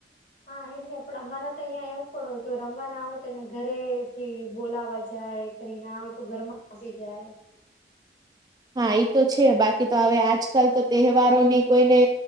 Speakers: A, on the left; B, on the right.
A: હા એટલે પણ અમારા તો અહીંયા એવું પણ હોય રમવાના આવે તો એને ઘરેથી બોલાવા જાય. કરી ના હોય તો ઘર માં <inaudible> જાય.
B: હા એઈ તો છે બાકી તો હવે આજકાલ તો તહેવારો ની કોઈને.